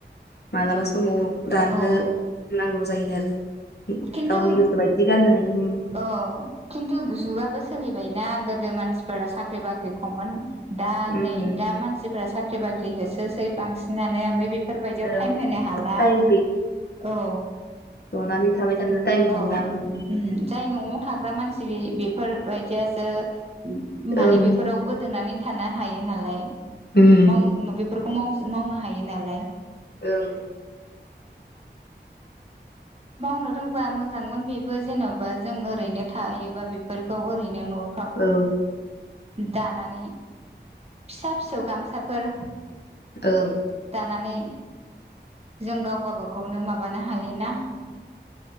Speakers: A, on the left (about 60°); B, on the right (about 35°).
A: मालाबा समाव दानो
B: औ
A: नांगौ जायो आरो।
B: खिन्थु
A: गावनि गोसो बायदि गाननो हायो उम
B: औ खिन्थु जुगाबो सोलिबायनाा गोदो मानसिफोरा साख्रि बाख्रि खममोन दा
A: उम
B: नै दा मानसिफोरा साख्रि बाख्रि बाख्रि होसोसै बांसिनानो ओमफ्राय बेफोरबायदियाव
A: औ
B: टाइम होनो हाला।
A: टाइम
B: औ
A: खुनानै थाबाय थानो टाइम
B: औ
A: मोनला मोन
B: उम जाय नआव थाग्रा मानसिफोरबायदियास म माने
A: ओं
B: बेफोराव गोदोनानै थानो हायो नालाय
A: उम
B: माव बेफोरखौ मावनो हायो नालाय
A: औ
B: मावनो रोंबा मोजांमोन बेबो जेन'बा जों ओरैनो थायोबा बेफोरखौ ओरैनो न'
A: औ।
B: दानानै फिसा फिसौ गामसाफोर।
A: ओं।
B: नानै जों गाव गबागावनो माबानो हायो ना